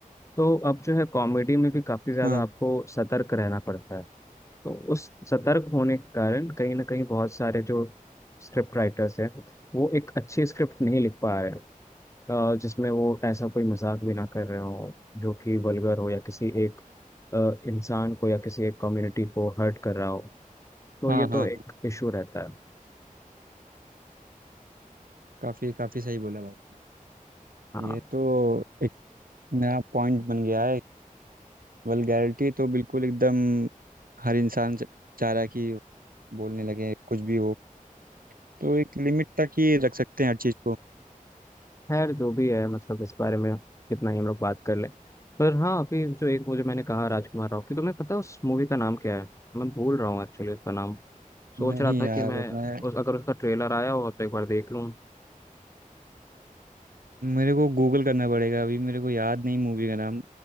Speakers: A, on the left; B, on the right.
A: तो अब जो है कॉमेडी में भी काफी ज्यादा
B: हाँ
A: आपको सतर्क रहना पड़ता है तो उस सतर्क होने के कारण कहीं ना कहीं बहुत सारे जो स्क्रिप्ट राइटर्स हैं वो एक अच्छी स्क्रिप्ट नहीं लिख पा रहे हैं अ, जिसमें वो ऐसा कोई मजाक भी ना कर रहे हो जो कि वल्गर हो या किसी एक अ, इंसान को या किसी एक कम्युनिटी को हर्ट कर रहा हो तो
B: हाँ
A: ये
B: हाँ
A: तो एक
B: हाँ
A: इशू रहता है
B: काफी काफी सही बोला भाई
A: हाँ
B: ये तो एक नया पॉइंट बन गया है वल्गैरिटी तो बिल्कुल एकदम हर इंसान च- चाह रहा है कि बोलने लगे कुछ भी हो तो एक लिमिट तक ही रख सकते हैं हर चीज़ को
A: खैर जो भी है मतलब इस बारे में कितना ही हम लोग बात कर लें पर हाँ अभी जो एक वो जो मैंने कहा राजकुमार राव की तुम्हें पता है उस मूवी का नाम क्या है मैं भूल रहा हूँ एक्चुअली उसका नाम सोच
B: नहीं
A: रहा था
B: यार
A: कि मैं
B: मैं
A: उस अगर उसका ट्रेलर आया हो तो एक बार देख लूँ
B: मेरे को गूगल करना पड़ेगा अभी मेरे को याद नहीं मूवी का नाम